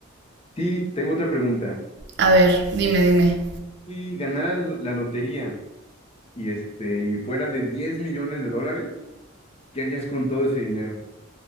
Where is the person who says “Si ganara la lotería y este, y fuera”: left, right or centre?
Left